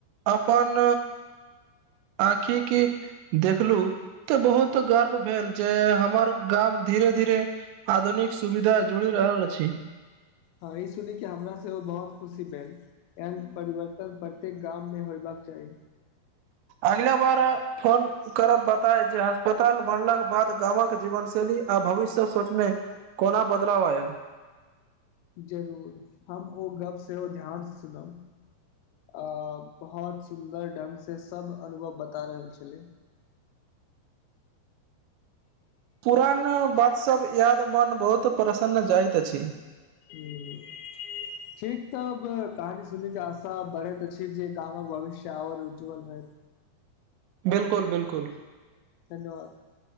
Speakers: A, on the right; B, on the left.
A: अपन आँखि की देखलू तऽ बहुत गर्भ भेल जे हमर गाम धीरे धीरे आधुनिक सुविधा जुड़ि रहल अछि
B: हँ ई सुनीे केऽ हमरा सेहो बहुत खुशी भेल एहेन परिवर्तन प्रत्येक गाम मे होयबाक चाही
A: अगिला बार फोन करब बताय जे अस्पताल बनलाकेँ बाद गामक जीवन शैली आ भविष्य सोचमे कोना बदलाव आयत
B: जरूर हम ओ गप सेहो ध्यान सँ सुनब आ बहुत सुन्दर ढंग से सब अनुभव बता रहल छलै
A: पुरान बातसभ याद मोन बहुत प्रसन्न जाइत अछि
B: हूँ ठीक तऽब कहानी सुनिकेँ आशा बढ़ैत अछि जे गामक भविष्य आओर उज्ज्वल होएत
A: बिल्कुल बिल्कुल
B: धन्यवाद